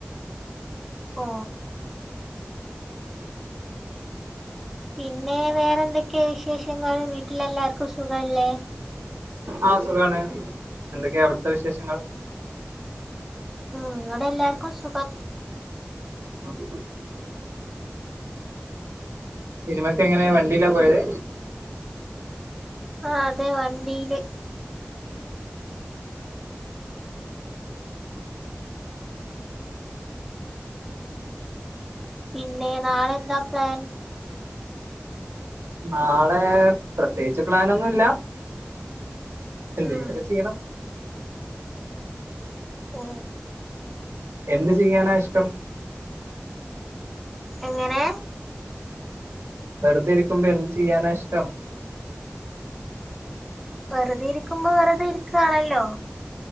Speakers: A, in the centre; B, on the right.
A: ഓ പിന്നെ വേറെന്തൊക്കെയാ വിശേഷങ്ങൾ വീട്ടിലെല്ലാർക്കും സുഖല്ലേ
B: ആഹ സുഖാണ് എന്തൊക്കെയാ അവിടുത്തെ വിശേഷങ്ങൾ
A: ഉ ഇോടെ എല്ലാർക്കും സുഖം
B: ആഹ സിനിമക്ക് എങ്ങനെയ വണ്ടില്ലാ പോയത്
A: ആ അതെ വണ്ടിയില് പിന്നെ നാളെ എന്താ പ്ലാൻ
B: നാളെ പ്രത്യേകിച്ച് പ്ലൻൊ ഒന്നുമല്ല എന്ത
A: ഉം
B: ക ക ചെയയണം
A: ഓ
B: എന്ത് ചെയ്യാനാ ഇഷ്ടം
A: എങ്ങനെ
B: വെറുതെ ഇരിക്കുമ്പോ എന്ത് ചെയ്യാനാ ഇഷ്ടം
A: വെറുതെ ഇരിക്കുമ്പോ വെറുതെ ഇരിക്കുകയാണല്ലോ